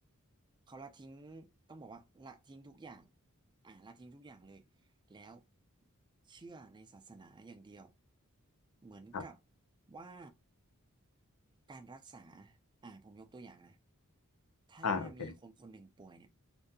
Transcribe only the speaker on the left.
ครับ
อ่าโอเค